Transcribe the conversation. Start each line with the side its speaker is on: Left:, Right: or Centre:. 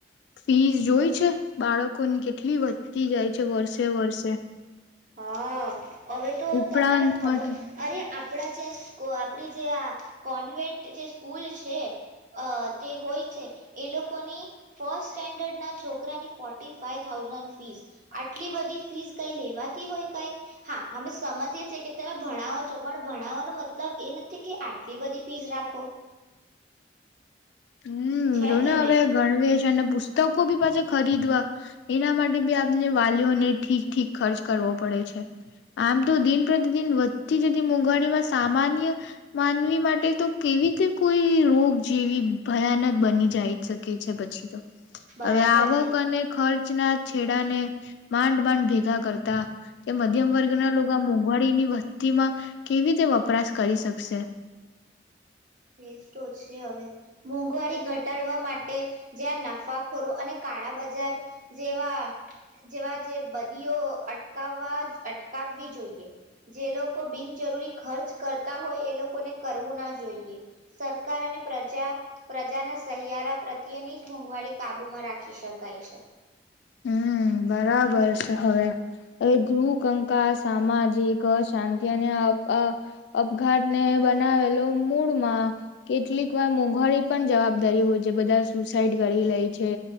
Left: ફીસ જોઈ છે બાળકોની કેટલી વધતી જાય છે વર્ષે વર્ષે.
Right: હા. હવે તો
Left: ઉપરાંત
Right: તમારે ખબર
Left: માટે
Right: અરે આપણા જ્યાં સ્કો આપણી જે આ કોન્વેન્ટ જે સ્કૂલ છે અ તે હોય છે એ લોકોની ફર્સ્ટ સ્ટેન્ડર્ડના છોકરાની ફોર્ટી ફાાઈવ થાઉઝન્ડ ફીસ આટલી બધી ફીઝ કંઈ લેવા તી હોય ક હા અમે સમજીએ છએ કે તમે ભણાવો છો પણ ભણાવવાનો મતલબ એ નથી કે આટલી બધી ફીસ રાખો.
Left: હમ,
Right: છે
Left: જો
Right: કે
Left: ને હવે
Right: નહી
Left: ગણવેશ અને પુસ્તકો બી પાછા ખરીદવા એના માટે બી આપને વાલીઓને ઠીક, ઠીક ખર્ચ કરવો પડે છે, આમ તો દિન પ્રતિદિન વધતી જતી મોંઘવારીમાં સામાન્ય માનવી માટે તો કેવી રીતે કોઈ રોગ જેવી ભયાનક બની જાય શકે છે પછી તો
Right: બરાબર
Left: હવે આવક
Right: છે
Left: અને ખર્ચ ના છેડાને માંડમાંડ ભેગા કરતા કે મધ્યમ વર્ગના લોકો આ મોંઘવારીની વસ્તીમાં કેવી રીતે વપરાશ કરી શકશે
Right: એ તો છે, હવે મોંઘવારી ઘટાડવા માટે જ્યાં નફાખોરો અને કાળા બજાર જેવા, જેવા જે બદીઓ અટકાવવા, અટકાવવી જોઈએ જે લોકો બિનજરૂરી ખર્ચ કરતા હોય, એ લોકોને કરવું ના જોઈએ સરકાર અને પ્રજા, પ્રજાના સહિયારા પ્રત્યેની જ મોંઘવારી કાબુમાં રાખી શકાય છે
Left: હમ બરાબર છે હવે, એટલું કંકાસ સામાજિક શાંતિ અને અપ, અપ અપઘાતને બનાવેલો મૂળમાં કેટલીક વાર મોંઘવારી પણ જવાબદારી હોય છે, બધા સુસાઈડ કરી લે છે,